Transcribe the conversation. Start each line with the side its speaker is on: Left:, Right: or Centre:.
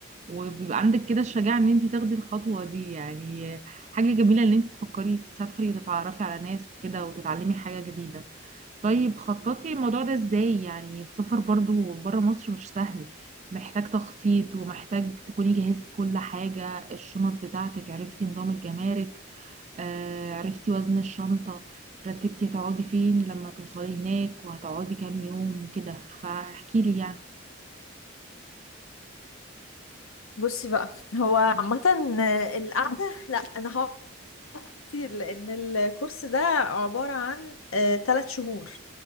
Right: وبيبقى عندك كده الشجاعه ان انتي تاخدي الخطوه دي يعني حاجه جميله ان انتي تفكري تسافري وتتعرفي على ناس وكده وتتعلمي حاجه جديده طيب خططي الموضوع ده ازاي يعني السفر برضو بره مصر مش سهل محتاج تخطيط ومحتاج تكوني جهزتي كل حاجة الشنط بتاعتك عرفتي نظام الجمارك آه، عرفتي وزن الشنطة رتبتي هتقعدي فين لما توصلي هناك وهتقعدي كام يوم وكده فاحكيلي يعني
Left: بصي بقى هو عامة القعدة لا انا كتير لان الكورس ده عبارة عن آه، تلات شهور